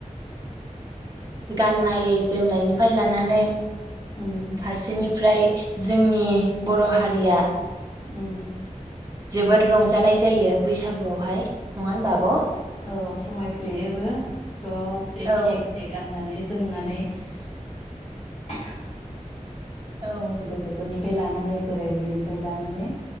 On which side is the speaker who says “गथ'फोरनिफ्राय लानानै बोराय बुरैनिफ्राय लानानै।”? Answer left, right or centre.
Left